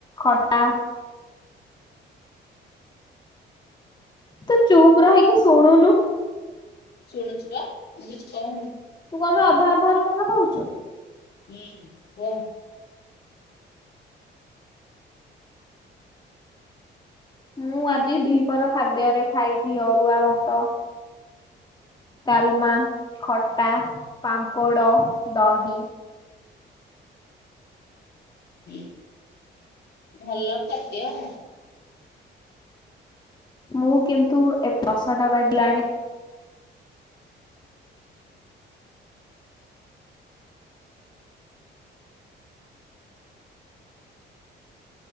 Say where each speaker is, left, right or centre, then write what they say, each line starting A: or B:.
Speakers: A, on the left (about 20°); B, on the left (about 55°).
A: ଖଟା ତୁ ଚୁପ ରହିକି ଶୁଣୁନୁ।
B: ଶୁଣୁଛୁ ବା ମୁଁ କିଛି କହୁନି।
A: ଫୋନ ଅଧା ଅଧା ରୁ କଥା କହୁଛୁ।
B: ହୁଁ କୁହ?
A: ମୁଁ ଆଜି ଦିପହର ଖାଦ୍ୟରେ ଖାଇବି ଅରୁଆ ଭାତ। ଡାଲମା ଖଟା ପାମ୍ପଡ଼ ଦହି
B: ହୁଁ <inaudible> ଭଲ ଖାଦ୍ୟ।
A: ମୁଁ କିନ୍ତୁ ଏ ଦଶ ଟା ବଗିଲାଣି